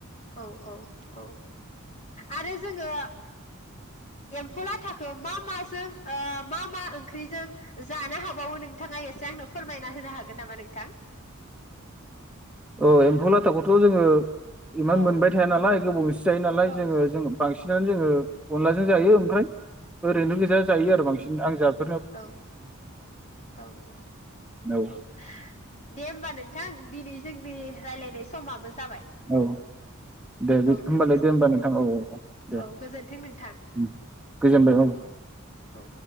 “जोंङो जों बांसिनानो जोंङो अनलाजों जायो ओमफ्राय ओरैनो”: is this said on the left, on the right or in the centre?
Centre